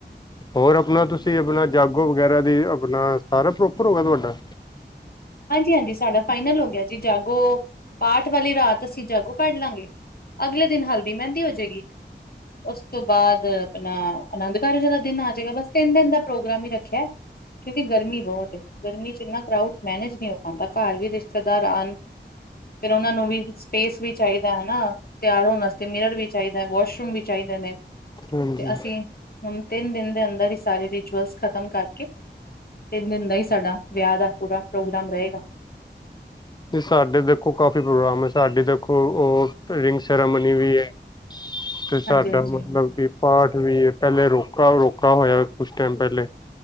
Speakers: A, on the left (about 25°); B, on the left (about 55°).
A: ਹੋਰ ਆਪਣਾ ਤੁਸੀਂ ਆਪਣਾ ਜਾਗੋ ਵਗੈਰਾ ਦੀ ਆਪਣਾ ਸਾਰਾ ਪ੍ਰੋਪਰ ਹੋਗਾ ਤੁਹਾਡਾ
B: ਹਾਂਜੀ ਹਾਂਜੀ ਸਾਡਾ ਫਾਈਨਲ ਹੋ ਗਿਆ ਜੀ ਜਾਗੋ ਪਾਠ ਵਾਲੀ ਰਾਤ ਅਸੀਂ ਜਾਗੋ ਕੱਢ ਲਾਂਗੇ ਅਗਲੇ ਦਿਨ ਹਲਦੀ ਮਹਿੰਦੀ ਹੋਜਏਗੀ ਇੱਕ ਉਸ ਤੋਂ ਬਾਅਦ ਆਪਣਾ ਆਨੰਦ ਕਾਰਜ ਦਾ ਦਿਨ ਆ ਜਾਏਗਾ ਬਸ ਤਿੰਨ ਦਿਨ ਦਾ ਪ੍ਰੋਗਰਾਮ ਹੀ ਰੱਖਿਆ ਕਿਉਂਕਿ ਗਰਮੀ ਬਹੁਤ ਹੈ ਗਰਮੀ ਚ ਇੰਨਾ ਕਰਾਊਡ ਮੈਨੇਜ ਨਹੀਂ ਹੋ ਪਾਉਂਦਾ ਘਰ ਵੀ ਰਿਸ਼ਤੇਦਾਰ ਆਉਣ ਫਿਰ ਉਹਨਾਂ ਨੂੰ ਵੀ ਸਪੇਸ ਵੀ ਚਾਹੀਦਾ ਹਨਾ ਤਿਆਰ ਹੋਣ ਵਾਸਤੇ ਮਿਰਰ ਵੀ ਚਾਹੀਦਾ ਵਾਸ਼ਰੂਮ ਵੀ ਚਾਹੀਦਾ ਨੇ
A: ਹਾਂਜੀ
B: ਤੇ ਅਸੀਂ ਹੁਣ ਤਿੰਨ ਦਿਨ ਦੇ ਅੰਦਰ ਹੀ ਸਾਰੇ ਰਿਚੁਅਲਸ ਖ਼ਤਮ ਕਰਕੇ ਤਿੰਨ ਦਿਨ ਦਾ ਹੀ ਸਾਡਾ ਵਿਆਹ ਦਾ ਪੂਰਾ ਪ੍ਰੋਗਰਾਮ ਰਹੇਗਾ
A: ਸਾਡੇ ਦੇਖੋ ਕਾਫੀ ਪ੍ਰੋਗਰਾਮ ਹੈ ਸਾਡੇ ਦੇਖੋ ਉਹ ਰਿੰਗ ਸੈਰਾਮਨੀ ਵੀ ਹੈ ਤੇ ਸਾਡਾ
B: ਹਾਂਜੀ ਹਾਂਜੀ
A: ਮਤਲਬ ਕਿ ਪਾਠ ਵੀ ਪਹਿਲੇ ਰੋਕਾ ਰੋਕਾ ਹੋਇਆ ਕੁਛ ਟਾਈਮ ਪਹਿਲੇ